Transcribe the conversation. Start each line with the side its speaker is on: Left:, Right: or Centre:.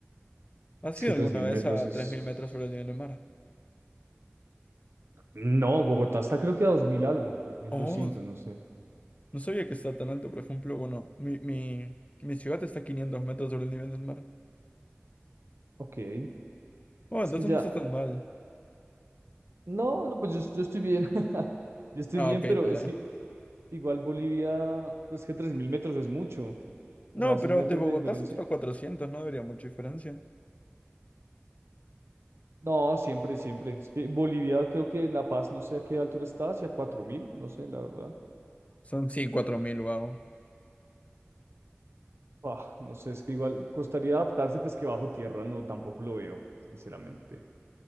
Left: ¿Has
Right: es
Left: ido
Right: que tres
Left: alguna
Right: mil
Left: vez
Right: metros
Left: a
Right: es...
Left: 3.000 metros sobre el nivel del mar?
Right: No, Bogotá está creo que a 2.000 algo, dos mil
Left: Oh,
Right: doscientos, no sé.
Left: no sabía que está tan alto, por ejemplo, bueno, mi, mi, mi ciudad está a 500 metros sobre el nivel del mar.
Right: Ok, es
Left: Oh, entonces
Right: que ya...
Left: no está tan mal.
Right: No, no, pues yo, yo estoy bien. Yo estoy
Left: Ah,
Right: bien,
Left: ok,
Right: pero
Left: te
Right: es
Left: la...
Right: que igual Bolivia, pues que 3.000 metros es mucho.
Left: No,
Right: O sea, esos
Left: pero
Right: metros
Left: de Bogotá
Right: de diferencia.
Left: son solo 400, no debería mucha diferencia.
Right: No, siempre, siempre. Es que Bolivia, creo que La Paz, no sé a qué altura está, hacia 4.000 no sé, la verdad.
Left: Son sí, 4.000, wow.
Right: Ah, no sé, es que igual costaría adaptarse, pues que bajo tierra no, tampoco lo veo, sinceramente.